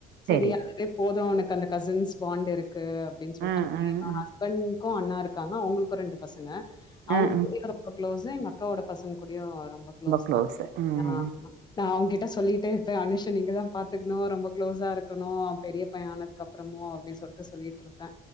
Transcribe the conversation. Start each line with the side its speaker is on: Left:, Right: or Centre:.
Right: சேரி
Left: செரி அதுவே
Right: சேரி
Left: போது அவனுக்கு அந்த கசின்ஸ் பாண்ட்டு இருக்கு அப்டின்னு சொல்லிட்டாங்
Right: ஆ ஆ
Left: என்னோட
Right: ஆ
Left: ஹஸ்ப பண்ட்கு அண்ணா இருக்காங்க அவுங்களுக்கு ரெண்டு பசங்க அவுங்களு
Right: ஆ ஆ
Left: ரொம் க்ளோஸ் எங்க அக்காவோட பசங்க கூடயு ரொம்ப க்ளோஸ்
Right: க்ளோஸு
Left: தா
Right: ம்
Left: ஆமா நா அவங்க கிட்ட சொல்லிட்டே இருப்பே அனுஷ நீங்கதா பாத்துக்கணு ரொம்ப க்ளோஸா இருக்கணு பெரிய பையன் ஆனத்துக்கப்புரமு அப்டின்னு சொல்லிட்டு சொல்லிட்டுருப்பே